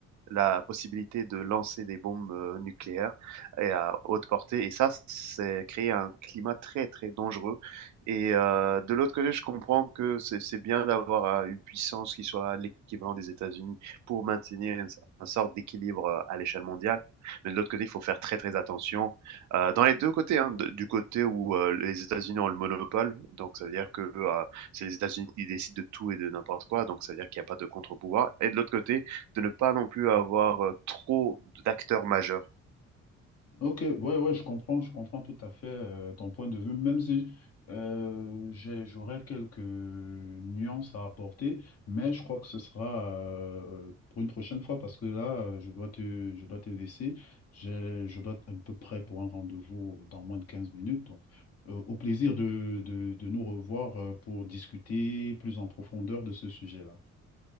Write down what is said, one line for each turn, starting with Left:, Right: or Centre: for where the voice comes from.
Right: la possibilité de lancer des bombes euh, nucléaires et à haute portée. Et ça, c'est créé un climat très, très dangereux. Et euh, de l'autre côté, je comprends que c'est c'est bien d'avoir euh, une puissance qui soit l'équivalent des États-Unis pour maintenir une, une sorte d'équilibre euh, à l'échelle mondiale. Mais de l'autre côté, il faut faire très, très attention euh, dans les deux côtés, hein, de- du côté où euh, les États-Unis ont le monopole, donc ça veut dire que euh, c'est les États-Unis qui décident de tout et de n'importe quoi, donc ça veut dire qu'il n'y a pas de contre-pouvoir. Et de l'autre côté, de ne pas non plus avoir euh, trop d'acteurs majeurs.
Left: Ok, ouais, ouais, je comprends, je comprends tout à fait euh, ton point de vue, même si euh, j'ai- j'aurais quelques nuances à apporter, mais je crois que ce sera euh, pour une prochaine fois parce que là, euh, je dois te, je dois te laisser. J'ai- Je dois être un peu prêt pour un rendez-vous dans moins de 15 minutes. Donc, euh, au plaisir de, de, de nous revoir euh, pour discuter plus en profondeur de ce sujet-là.